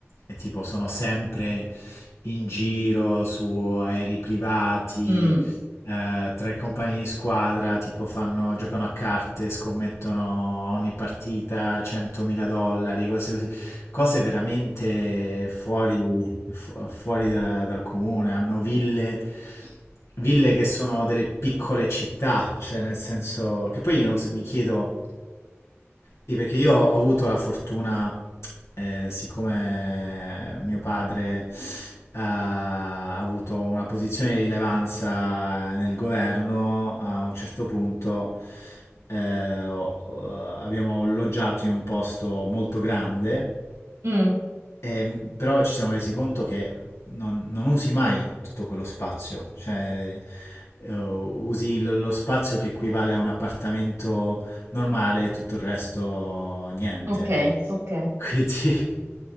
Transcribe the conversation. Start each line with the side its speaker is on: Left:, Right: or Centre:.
Left: e tipo sono sempre in giro su aerei privati,
Right: Mm,
Left: eh, tra i compagni di squadra, tipo fanno, giocano a carte, scommettono a ogni partita 100.000 dollari, cose così, cose veramente fuori, fu- fuori da- dal comune. Hanno ville, ville che sono delle piccole città, cioè nel senso che poi io non so- mi chiedo sì, perché io ho avuto la fortuna, eh, siccome mio padre eh, ha avuto una posizione di rilevanza nel governo, a un certo punto eh, ho- eh, abbiamo loggiato in un posto molto grande
Right: mm,
Left: Ehm, però ci siamo resi conto che non, non usi mai tutto quello spazio, cioè eh, usi lo, lo spazio che equivale a un appartamento normale, tutto il resto niente.
Right: ok, ok,
Left: <laughs> Quindi,